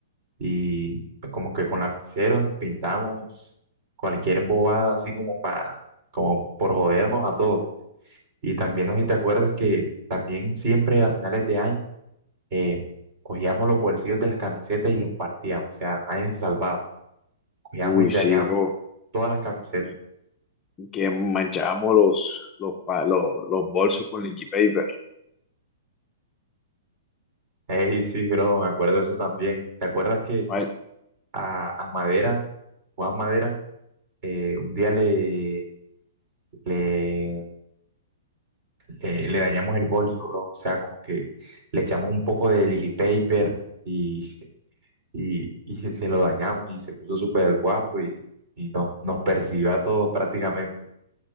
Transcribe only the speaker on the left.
Uy,
sí, bro,
y y que manchábamos los, los, pa- los, los bolsos con liquid paper,
¿vale?